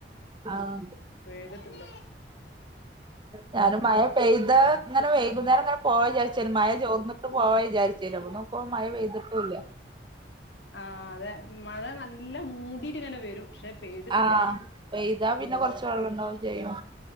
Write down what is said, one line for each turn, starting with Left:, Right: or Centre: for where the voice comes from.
Right: ആഹ്
Left: പെയ്തിട്ടില്ല
Right: ഞാനും മഴ പെയ്ത ഇങ്ങനെ വൈകുന്നേരം ഇങ്ങനെ പോവാ വിചാരിച്ചന് മഴ ചോർന്ന് പോവാ ജായി <unintelligible> നോക്കുംബോ മഴ പെയ്തിട്ടൂല്ല
Left: ആഹ് അതെ മഴ നല്ല മൂടിട്ട് ഇങ്ങനെ വരും പക്ഷെ പെയ്തിട്ടില്ല
Right: ആ പെയ്താ പിന്നെ
Left: ഉം
Right: കൊറച്ച് വെള്ളംണ്ടാവും ചെയ്യും